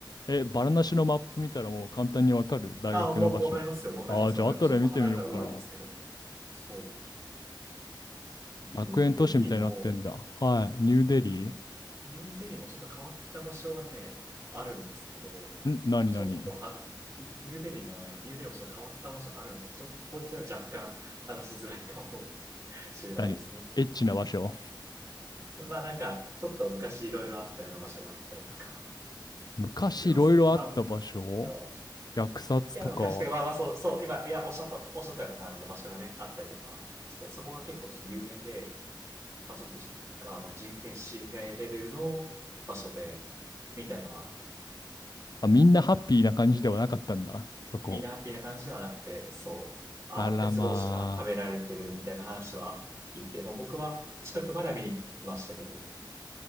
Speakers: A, on the left; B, on the right.
A: え、バラなしのマップ見たらもう簡単にわかる大学の場所。
B: ああ、もうわかりますよ、わかります、
A: ああ、じゃあ後で見てみようかな。
B: わかります。ちょっと離れたらわかりますけど。そう。ニューデリーも、
A: 学園都市みたいになってんだ。はい。ニューデリー
B: うん。ニューデリーもちょっと変わった場所はね、あるんですけど、
A: ん何何
B: ちょっとは、ニューデリーのね、ニューデリーもちょっと変わった場所あるんですけど、ちょっとここでは若干話しづらいかもしれないですね。
A: 何エッチな場所
B: まあなんか、ちょっと昔いろいろあったような場所があったりとか
A: 昔いろいろあった場所
B: <laughs> しますと、まあ、あの
A: 虐殺とか。
B: いや、昔とか、まあまあそう、そう、今、いや、おっしゃった、おっしゃったような感じの場所がね、あったりとか、ちょっとそこが結構ちょっと有名で、まあちょっとじ、あの、人権侵害レベルの場所で、みたいなのは
A: あ、みんなハッピーな感じではなかったんだ。そこ。
B: みんなハッピーな感じではなくて、そう、あの、
A: あらま
B: 鉄格子がはめられてるみたいな話は聞いて、まあ、僕は近くまでは見に行きましたけど、